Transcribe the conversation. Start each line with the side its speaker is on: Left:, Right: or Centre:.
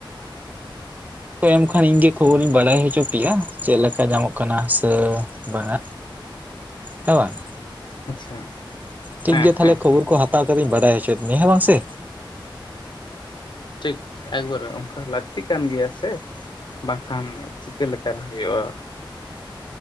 Right: ᱠᱚ ᱮᱢ ᱠᱷᱟᱱ ᱤᱧ ᱜᱮ ᱠᱷᱚᱵᱚᱨᱤᱧ ᱵᱟᱲᱟᱭ ᱦᱚᱪᱚ ᱯᱮᱭᱟ, ᱪᱮᱫ ᱞᱮᱠᱟ ᱧᱟᱢᱚᱜ ᱠᱟᱱᱟ ᱥᱮ ᱵᱟᱝᱟ᱾ ᱦᱮᱸ ᱵᱟᱝ?
Left: ᱟᱪᱪᱷᱟ
Right: ᱴᱷᱤᱠ
Left: ᱦᱮᱸ
Right: ᱜᱮᱭᱟ ᱛᱟᱦᱚᱞᱮ
Left: ᱦᱮᱸ
Right: ᱠᱷᱚᱵᱚᱨ
Left: ᱦᱮᱸ
Right: ᱠᱚ ᱦᱟᱛᱟᱣ ᱠᱟᱛᱮᱧ ᱵᱟᱰᱟᱭ ᱦᱚᱪᱚᱭᱫ ᱢᱮᱭᱟ ᱦᱮᱸ ᱵᱟᱝ ᱥᱮ,
Left: ᱴᱷᱤᱠ, ᱮᱠᱵᱟᱨᱮ ᱚᱝᱠᱟ ᱞᱟᱠᱛᱤᱜ ᱠᱟᱱ ᱜᱮᱭᱟ ᱥᱮ, ᱵᱟᱝᱠᱷᱟᱱ ᱪᱤᱠᱟᱹ ᱞᱮᱠᱟᱨᱮ ᱦᱩᱭᱩᱜᱼᱟ᱾